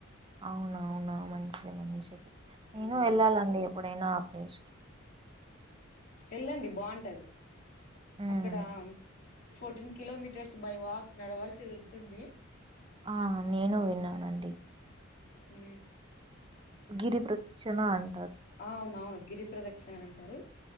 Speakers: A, on the right; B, on the left.
A: అవునవునా మంచిది మంచిది నేను
B: మ్
A: వెళ్ళాలండి ఎప్పుడైనా ఇష్ కి
B: ఎళ్ళండి బాగుంటది
A: ఉమ్
B: అక్కడ ఫోర్టీన్ కిలోమీటర్స్ బై వాక్ నడవాల్సింది ఉంటుంది
A: ఆ నేను విన్నానండి
B: ఉ
A: గిరిప్రదక్షన అన్
B: అవునవును గిరిప్రదక్షిణ అంటారు